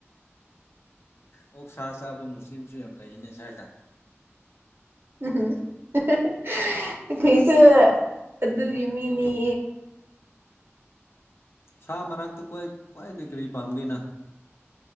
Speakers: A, on the left; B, on the right.
A: ꯑꯣꯛ ꯁꯥ ꯆꯥꯕ ꯃꯨꯁꯂꯤꯝꯁꯨ ꯌꯥꯝ ꯂꯩꯅꯦ ꯁ꯭ꯋꯥꯏꯗ
B: ꯎꯝ ꯀꯁꯨ ꯑꯗꯨꯒꯤ ꯃꯤꯅꯤ
A: ꯁꯥ ꯃꯔꯛꯇ ꯈ꯭ꯋꯥꯏꯗꯒꯤ ꯀꯔꯤ ꯄꯥꯝꯒꯦꯅ